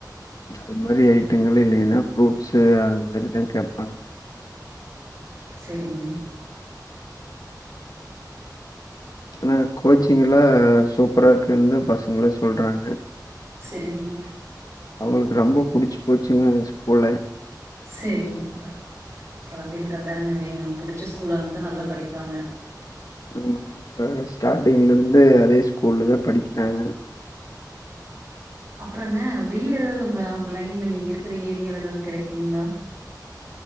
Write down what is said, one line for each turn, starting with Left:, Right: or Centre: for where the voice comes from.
Left: அது மாரி ஐட்டங்கள் இல்லனா ஃப்ரூட்ஸ்சு அது மாரி தா கேப்பாங்க
Right: செரிங்க
Left: ஆனா கோச்சிங்க் எல்லா சூப்பரா இருக்குன்னு தா பசங்களே சொல்றாங்க
Right: சரிங்க,
Left: அவங்களுக்கு ரொம்ப புடிச்சி போச்சுங்க அந்த ஸ்கூல
Right: செரி அப்ப கொழந்தைகளுக்கு அதானங்க வேணு புடிச்ச ஸ்கூல்லா இருந்துதா நல்லா படிப்பாங்க
Left: ஆமாங் இப்போ ஸ்டார்ட்டிங்லேருந்து அதே ஸ்கூல்ல தா படிக்கிறாங்க
Right: அப்புறங்க வீடு ஏதாவது உங்க உங்க லைன்ல நீங்க இருக்கிற ஏரியால ஏதாவது கெடைக்குங்களா